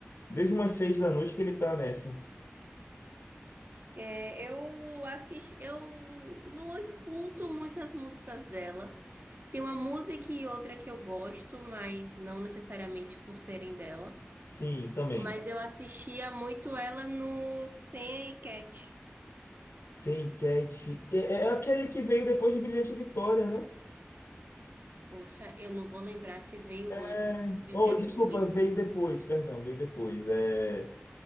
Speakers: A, on the left; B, on the right.
A: desde umas seis da noite que ele tá nessa.
B: É, eu assisto, eu não escuto muitas músicas dela. Tem uma música e outra que eu gosto, mas não necessariamente por serem dela.
A: Sim, também.
B: Mas eu assistia muito ela no Sam e Cat.
A: Sem Cat. É, é é aquele que veio depois de Brilhante Vitória, né?
B: Poxa, eu não vou lembrar se veio
A: É...
B: antes ou
A: Oh,
B: depois.
A: desculpa, veio depois, perdão, veio depois. É,